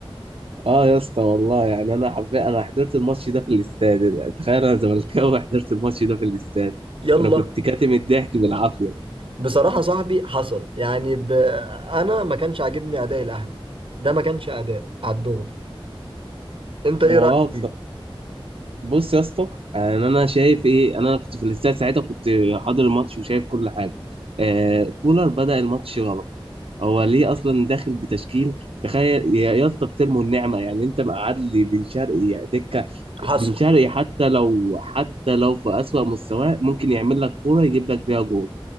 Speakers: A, on the right; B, on the right.
A: اه يا اسطى والله يعني انا حرفيا انا حضرت الماتش ده في الاستاد تخيل انا زملكاوي حضرت الماتش ده في الاستاد
B: يلا
A: انا كنت كاتم الضحك بالعافيه
B: بصراحة صاحبي حصل يعني ب... انا ما كانش عاجبني اداء الاهلي ده ما كانش اداء على الدغري انت ايه
A: ما
B: رأيك
A: هو بص
B: فيه
A: بص يا اسطى يعني انا شايف ايه انا كنت في الاستاد ساعتها كنت حاضر الماتش وشايف كل حاجه آه كولر بدأ الماتش غلط هو ليه اصلا داخل بتشكيل تخيل يا يا اسطى بترموا النعمه يعني انت مقعد لي بن شرقي دكه
B: حصل
A: بن شرقي حتى لو حتى لو في اسوأ مستواه ممكن يعمل لك كوره يجيب لك بيها جول